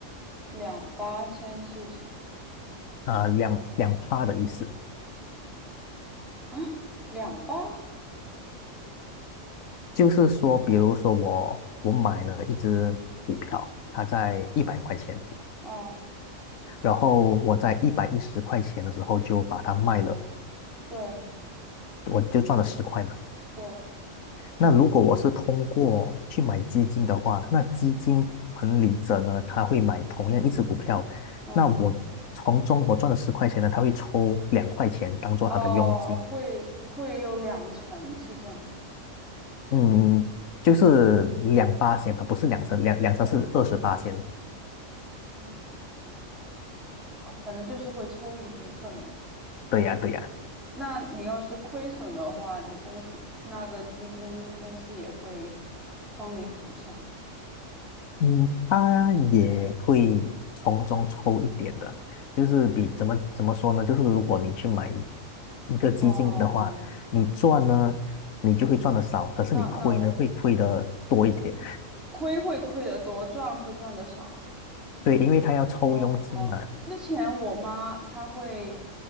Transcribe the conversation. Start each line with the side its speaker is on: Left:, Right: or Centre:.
Centre: 两八千是什么
Left: 啊、呃两两趴的意思。
Centre: 啊？两八
Left: 就是说，比如说我我买了一只股票，它在一百块钱，
Centre: 啊，
Left: 然后我在一百一十块钱的时候就把它卖了，
Centre: 对
Left: 我就赚了十块嘛。
Centre: 对，
Left: 那如果我是通过去买基金的话，那基金管理者呢，他会买同样一只股票，
Centre: 嗯，
Left: 那我从中我赚了十块钱呢，他会抽两块钱当做他的佣金，
Centre: 哦，会会有两成是这样，
Left: 嗯，就是两八仙吧，不是两成，两两成是二十八仙。
Centre: 两二十哦，反正就是会抽一部分嘛。
Left: 对呀，对呀。
Centre: 那你要是亏损的话，你公司那个基金公司也会帮你补上。
Left: 嗯，他也会从中抽一点的，就是比怎么怎么说呢？就是如果你去买一个基金的话，
Centre: 哦，
Left: 你赚呢，你就会赚的少，可是你亏呢，
Centre: 那那我
Left: 会亏的多一点。
Centre: 亏会亏得多，赚会赚得少。
Left: 对，因为他要抽佣金嘛。
Centre: 哦，之前我妈她会，